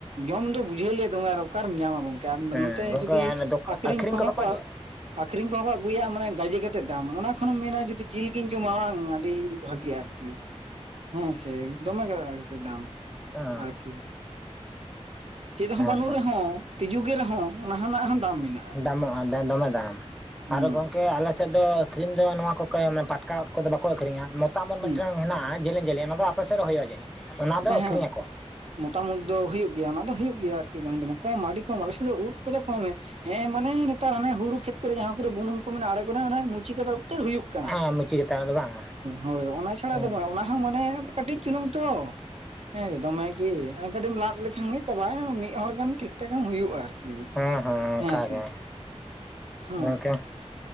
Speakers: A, on the right (about 65°); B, in the centre.
A: ᱡᱚᱢ ᱫᱚ ᱵᱩᱡᱷᱟᱹᱣ ᱞᱮᱭᱟ ᱫᱚᱢᱮ ᱟᱫᱚ ᱚᱠᱟᱨᱮᱢ ᱧᱟᱢᱟ ᱜᱚᱝᱠᱮ
B: ᱦᱮᱸ
A: <inaudible> ᱛᱮ
B: ᱜᱚᱝᱠᱮ
A: ᱡᱩᱫᱤ ᱟᱠᱷᱨᱤᱧ
B: ᱟᱹᱠᱷᱨᱤᱧ
A: ᱠᱚᱦᱚᱸ
B: ᱵᱟᱠᱚ
A: ᱠᱚ
B: ᱤᱫᱤᱭᱟ
A: ᱟᱠᱷᱨᱤᱧ ᱠᱚᱦᱚᱸ ᱠᱚ ᱟᱹᱜᱩᱭᱟ ᱢᱟᱱᱮ ᱜᱟᱡᱮ ᱠᱟᱛᱮᱫ ᱫᱟᱢ ᱚᱱᱟ ᱠᱷᱚᱱᱮᱢ ᱢᱮᱱᱟ ᱡᱩᱫᱤ ᱡᱤᱞᱜᱤᱧ ᱡᱚᱢᱟ ᱵᱟᱝ ᱟᱹᱰᱤ ᱵᱷᱟᱜᱮ-ᱟ ᱟᱨᱠᱤ ᱦᱮᱸ ᱥᱮ ᱫᱚᱢᱮ ᱠᱟᱛᱮᱫ ᱫᱟᱢ
B: ᱚ
A: ᱟᱨᱠᱤ ᱪᱮᱫ ᱦᱚᱸ ᱵᱟᱹᱱᱩᱜ
B: ᱦᱮᱸᱛᱚ
A: ᱨᱮᱦᱚᱸ ᱛᱤᱡᱩᱜ ᱜᱮ ᱨᱮᱦᱚᱸ ᱚᱱᱟ ᱨᱮᱱᱟᱜ ᱦᱚᱸ ᱫᱟᱢ ᱢᱮᱱᱟᱜ᱾
B: ᱫᱟᱢᱚᱜ-ᱟ ᱫᱟ ᱫᱚᱢᱮ ᱫᱟᱢ
A: ᱦᱚᱸ
B: ᱟᱨ ᱜᱚᱝᱠᱮ ᱟᱞᱮ ᱥᱮᱫ ᱫᱚ ᱟᱹᱠᱷᱨᱤᱧ ᱫᱚ ᱱᱚᱣᱟ ᱠᱚ ᱠᱟ ᱢᱟᱱᱮ ᱯᱟᱴᱠᱟ ᱩᱫ ᱠᱚᱫᱚ ᱵᱟᱠᱚ ᱟᱹᱠᱷᱨᱤᱧᱟ ᱢᱚᱛ ᱛᱟᱢ ᱩᱫ
A: ᱦᱩᱸ
B: ᱢᱤᱫᱴᱮᱱ ᱦᱮᱱᱟᱜ-ᱟ ᱡᱮᱞᱮᱧ ᱡᱮᱞᱮᱧ ᱚᱱᱟ ᱫᱚ ᱟᱯᱮ ᱥᱮᱫ ᱦᱚᱸ ᱦᱳᱭᱳᱜ-ᱟ ᱡᱟᱹᱱᱤᱡ᱾ ᱚᱱᱟ ᱫᱚ
A: ᱦᱮᱸ
B: ᱟᱹᱠᱷᱨᱤᱧ
A: ᱦᱮᱸ,
B: ᱟᱠᱚ
A: ᱢᱚᱛᱟᱢ ᱩᱫ ᱫᱚ ᱦᱩᱭᱩᱜ ᱜᱮᱭᱟ ᱚᱱᱟ ᱫᱚ ᱦᱩᱭᱩᱜ ᱜᱮᱭᱟ ᱟᱨ ᱵᱟᱝ ᱫᱚ ᱵᱟᱝ ᱠᱚᱢᱟ ᱟᱹᱰᱤ ᱠᱚᱢᱟ ᱟᱞᱮ ᱥᱮᱫ ᱫᱚ ᱩᱫ ᱠᱚᱫᱚ ᱠᱚᱢᱮ ᱦᱮᱸ ᱢᱟᱱᱮ ᱛᱟᱨ ᱦᱟᱱᱮ ᱦᱩᱲᱩ ᱠᱷᱮᱛ ᱠᱚᱨᱮ ᱡᱟᱦᱟᱸ ᱠᱚᱨᱮᱜ ᱵᱩᱱᱩᱢ ᱠᱚ ᱢᱮᱱᱟᱜ-ᱟ ᱟᱲᱮ ᱠᱟᱱᱟ ᱚᱱᱟ ᱢᱩᱪᱤ ᱠᱟᱴᱟ ᱩᱫ ᱛᱮᱫ ᱦᱩᱭᱩᱜ ᱠᱟᱱᱟ,
B: ᱦᱮᱸ ᱢᱩᱪᱤ ᱜᱮᱛᱟ ᱫᱚ ᱵᱟᱝ
A: ᱦᱳᱭ ᱚᱱᱟ ᱪᱷᱟᱲᱟ
B: ᱦᱮᱸ
A: ᱫᱚ ᱵᱟᱝᱟ ᱚᱱᱟ ᱦᱚᱸ ᱢᱟᱱᱮ ᱠᱟᱹᱴᱤᱡ ᱪᱩᱱᱩᱝ ᱛᱚ᱾ ᱦᱮᱸ ᱥᱮ ᱫᱚᱢᱮ ᱠᱤ ᱠᱟᱹᱴᱤᱡ ᱮᱢ ᱞᱟᱫ ᱞᱮᱠᱷᱟᱱ ᱜᱮ ᱪᱟᱵᱟᱭᱱᱟ ᱢᱤᱫ ᱦᱚᱲ ᱜᱟᱱ ᱴᱷᱤᱠ ᱴᱷᱟᱠ ᱮᱢ ᱦᱩᱭᱩᱜ-ᱟ ᱟᱨ ᱠᱤ,
B: ᱦᱮᱸ ᱚᱱᱠᱟ
A: ᱦᱮᱸ ᱥᱮ?
B: ᱜᱮ
A: ᱦᱳᱭ
B: ᱜᱚᱝᱠᱮ